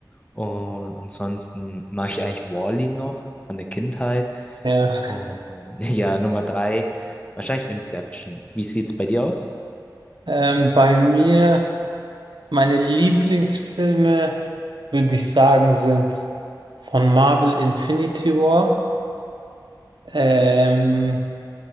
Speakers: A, on the left; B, on the right.
A: Und ansonsten mag ich eigentlich Wall-E noch von der Kindheit.
B: Ja.
A: Und <laughs> ja, Nummer drei, wahrscheinlich Inception. Wie sieht's bei dir aus?
B: Ähm, bei mir, meine Lieblingsfilme, würde ich sagen, sind von Marvel Infinity War. Ähm,